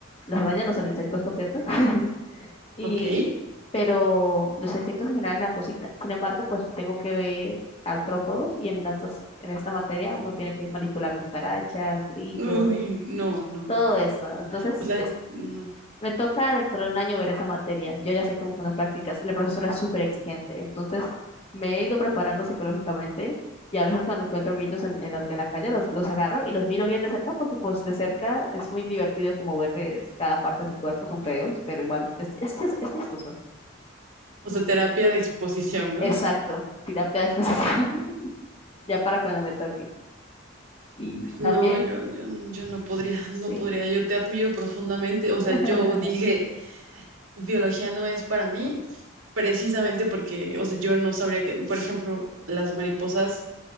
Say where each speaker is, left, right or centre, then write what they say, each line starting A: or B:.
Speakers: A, on the left; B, on the right.
A: Las arañas no son insectos, por cierto. <laughs> Y,
B: ¿Ok?
A: pero los insectos en general me dan cositas. Sin embargo, pues tengo que ver artrópodos y en estas, en esta materia uno tiene que manipular cucarachas, grillos,
B: Uy, no, no.
A: todo eso. Entonces,
B: O sea,
A: es-
B: no.
A: me toca dentro de un año ver esa materia. Yo ya sé cómo son las prácticas y la profesora es súper exigente. Entonces, me he ido preparando psicológicamente y a veces cuando encuentro grillos en, en la, en la calle los, los agarro y los miro bien de cerca porque pues de cerca es muy divertido como verles cada parte de su cuerpo. Son feos, pero igual es, es, es, es chistoso.
B: O sea, terapia de exposición, ¿no?
A: Exacto, terapia de exposición, <laughs> ya para cuando me toque. Y
B: No,
A: también,
B: yo, yo, yo no podría,
A: sí.
B: no podría. Yo te admiro profundamente. O
A: <laughs>
B: sea, yo dije, biología no es para mí, precisamente porque, o sea, yo no sabría que, por ejemplo, las mariposas,